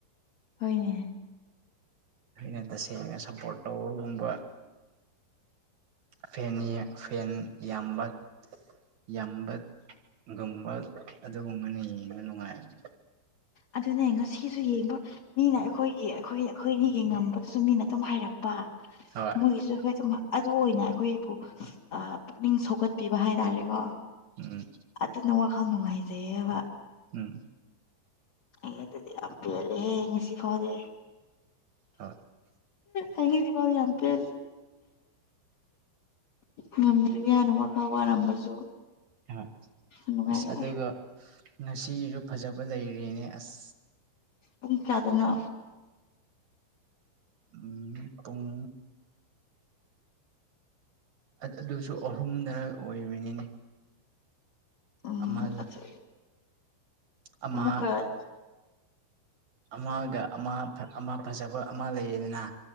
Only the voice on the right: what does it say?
ꯑꯩꯅ ꯇꯁꯦꯡꯅ ꯁꯞꯄꯣꯔꯠ ꯇꯧꯕꯒꯨꯝꯕ ꯐꯦꯟ ꯐꯦꯟ ꯌꯥꯝꯕ ꯌꯥꯝꯕ ꯒꯨꯝꯕ ꯑꯗꯨꯒꯨꯝꯕꯅ ꯌꯦꯡꯕ ꯅꯨꯡꯉꯥꯏꯔꯅꯤ
ꯍꯣꯏ
ꯎꯝ
ꯎꯝ
ꯍꯣꯏ
ꯍꯣꯏ
ꯑꯁ ꯑꯗꯨꯒ ꯉꯁꯤꯒꯤꯁꯨ ꯐꯖꯕ ꯂꯩꯔꯤꯅꯦ ꯑꯁ
ꯎꯝ ꯄꯨꯡ ꯑꯗꯨꯁꯨ ꯑꯍꯨꯝꯗ ꯑꯣꯏꯕꯅꯤꯅꯤ
ꯑꯃ
ꯑꯃꯥ
ꯑꯃꯒ ꯑꯃ ꯑꯃ ꯐꯖꯕ ꯑꯃ ꯂꯩꯌꯦꯗꯅ